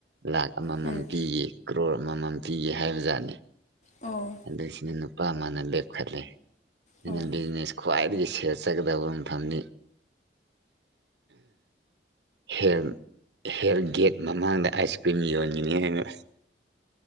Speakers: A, on the right; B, on the left.
A: ꯂꯥꯛ ꯑꯃꯃꯝ
B: ꯎꯝ
A: ꯄꯤꯒꯦ ꯀ꯭ꯔꯣꯔ ꯑꯃꯃꯝ ꯄꯤꯒꯦ ꯍꯥꯏꯕꯖꯥꯠꯅꯦ
B: ꯑꯣ
A: ꯑꯗꯣ ꯁꯤꯗ ꯅꯨꯄꯥ ꯑꯃꯥꯅ ꯂꯦꯞꯈꯠꯂꯦ ꯑꯩꯅ
B: ꯑꯣ
A: ꯕꯤꯖꯤꯅꯦꯁ ꯈ꯭ꯋꯥꯏꯗꯒꯤ ꯁꯦꯜ ꯆꯠꯀꯗꯕ ꯃꯐꯝꯅꯤ ꯍꯦꯜ ꯍꯦꯜ ꯒꯦꯠ ꯃꯃꯥꯡꯗ ꯑꯁ ꯀ꯭ꯔꯤꯝ ꯌꯣꯟꯒꯅꯤ ꯍꯥꯏꯅ